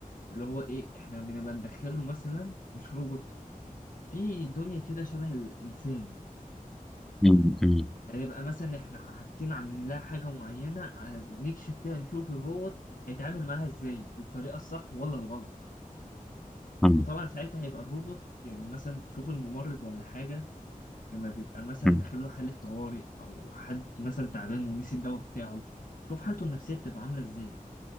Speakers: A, on the left; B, in the centre.
A: اللي هو ايه احنا بنبقى ندخله مثلا مش روبوت في دمية كده شبه الانسان
B: مم. مم.
A: هيبقى مثلا احنا حاطين عاملين لها حاجة معينة ع- نكشف فيها نشوف الروبوت هيتعامل معاها ازاي بالطريقة الصح ولا الغلط
B: مم.
A: وطبعا ساعتها هيبقى الروبوت يعني مثلا شوف الممرض ولا حاجة لما بيبقى مثلا
B: مم.
A: داخله حالة طوارئ أو حد مثلا تعبان ونسي الدواء بتاعه شوف حالته النفسية بتبقى عاملة ازاي